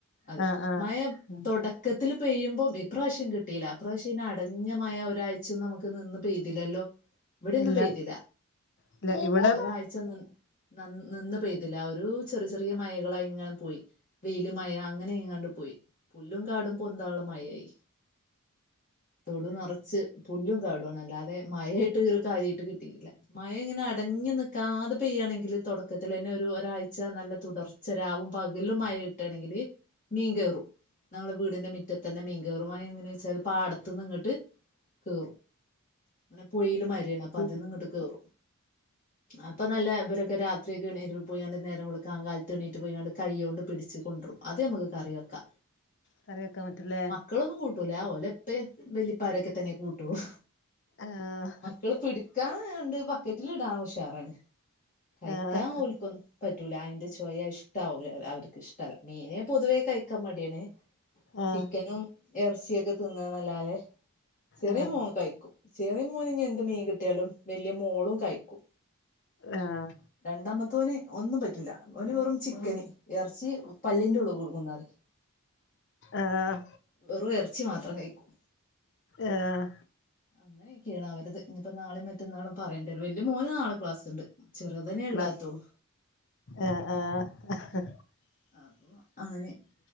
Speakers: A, on the left; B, on the left.
A: അതെ
B: ആഹ് ആഹ്
A: മഴ
B: ഉം
A: തുടക്കത്തിൽ പെയ്യുമ്പം ഇപ്രാവശ്യം കിട്ടീല ഇപ്രാവശ്യം അയ്‌ന്, അടഞ്ഞ മഴ ഒരാഴ്ച ഒന്നും നമുക്ക് നിന്ന് പെയ്തില്ലല്ലോ? ഇവിടെ ഒന്നും
B: ഇല്ല
A: പെയ്തി ട്ടില
B: ഇല്ല ഇവിടെ
A: ഒരാഴ് ച്ച നി, നിന്ന് പെയ്തിലാ. ഒരു ചെറിയ, ചെറിയ മഴകളായിങ്ങനെ പോയി. വെയില് മഴ അങ്ങനങ്ങാണ്ട് പോയി പുല്ലും കാടും പൊന്താള്ള മഴയായി തൊടു നിറച്ച് പുല്ലും കാടും ആണ് അല്ലാതെ മഴയായിട്ട് കാര്യായിട്ട് കിട്ടീട്ടി ല്ല മഴ ഇങ്ങനെ, അടങ്ങി നിക്കാതെ പെയ്യാണെങ്കില്, തുടക്കത്തിലെന്നെ ഒരു, ഒരാഴ്ച നല്ല തുടർ ച്ച രാവും, പകലും മഴ കിട്ടാണെങ്കില് മീൻ കേറും. ഞങ്ങളെ വീടിന്റെ മിറ്റത്തെന്നെ മീൻ കേറും അതെങ്ങനേന്ന് വെച്ചാല് പാടത്ത് നിന്ന് ഇങ്ങോട്ട് കേറും അങ്ങനെ പുയീല് മര്യണപ്പ അപ്പ
B: ഇ-
A: അതിന്ന്ങ്ങട്ട് കേറും. അപ്പൊ, നല്ല ഇബരൊക്കെ രാത്രി ക്കെണീ പുഴേന്ന് നേരം വെളുക്കാൻ കാലത്ത് എണീറ്റ് പൊയ്ങ്ങാണ്ട്, കൈയോണ്ട് പിടിച്ച് കൊണ്ട്രും. അത്, ഞമ്മക്ക് കറി വെക്കാ..
B: കറി വെക്കാൻ പറ്റുംലേ
A: മക്കളൊന്നും കൂട്ടൂല ഓലെ ഇപ്പേം വല്ലി പ്പാരൊക്കെത്തന്നെ കൂട്ടുള്ളൂ
B: ആഹ്
A: മക്കള് പിടി ക്കാണ്ട് ബക്കറ്റിൽ ഇടാൻ ഉഷാറാണ്. കഴിക്കാൻ
B: ആഹ്
A: ഓൽക്കൊന്നും പറ്റൂല. അയിന്റെ ചൊയ ഇഷ് ഇഷ്ട്ടാവൂല അവർക്ക് ഇഷ്ട്ടല്ല മീനേ പൊതുവേ കഴിക്കാൻ മടിയാണ്
B: ആഹ്
A: ചിക്കനും എറച്ചിയൊക്കെ തിന്നാന്നല്ലാതെ, ചെറിയേ
B: ആഹ്
A: മോൻ കഴിക്കും. ചെറിയ മോന് ഇനി എന്ത് മീൻ കിട്ട് ട്ട്യാലും വലിയ മോളും കഴിക്കും
B: ആഹ്
A: രണ്ടാമത്തവന് ഒന്നും പറ്റൂല ഓന് വെറും ചിക്കൻ എറച്ചി പല്ലിന്റെ ഉള്ളിൽ കുടുങ്ങുംന്ന് പറയും
B: ആഹ്
A: വെറും എറച്ചി മാത്രം കഴിക്കും.
B: ഏഹ്
A: അങ്ങനൊക്കേണ് അവരത്. ഇഞ്ഞിപ്പോ നാളീം, മറ്റന്നാളും പറയണ്ടരൂലാ, വല്യ മോന് നാളെ ക്ലാസ്ണ്ട്. ചെറ്ത് നെ
B: ക്ലാ
A: ഇള്ളാത്തൊള്ളൂ.
B: ആഹ് ആഹ്
A: അപ്പൊ അങ്ങനെ